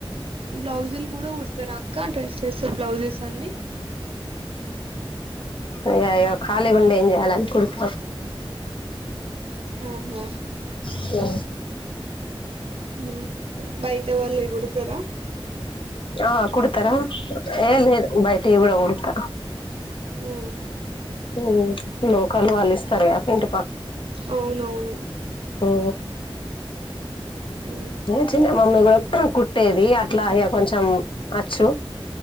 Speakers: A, on the right (about 75°); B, on the left (about 60°).
A: బ్లౌజులు కూడా కుడతారా అక్క డ్రెస్సెస్ బ్లౌజెస్ అన్ని
B: అయ్యయో ఖాలీగా ఉండి ఏం చే కలాలు కుడుత
A: ఆహా
B: కో
A: ఉ బయట వాళ్ళు ఇవి కుడుతారా
B: ఆ కుడతారా ఏం లేదు బయటివి కూడా కుడత
A: ఉ
B: ఉ లోకాలు వాళ్ళ ఇస్తారట పెంట
A: అవునవును
B: ఓ
A: ఉమ్.
B: ఏ చినం మమ్మీ కూడా కుట్టేది అట్లా ఇ కొంచెం వచ్చు